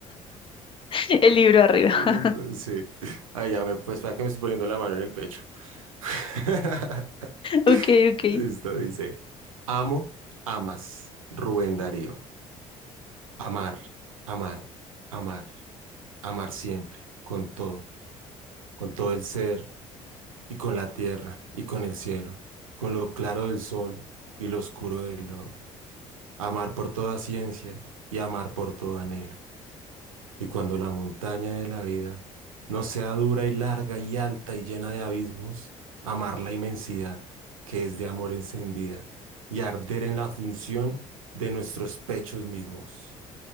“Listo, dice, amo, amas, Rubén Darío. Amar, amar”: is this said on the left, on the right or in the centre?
Right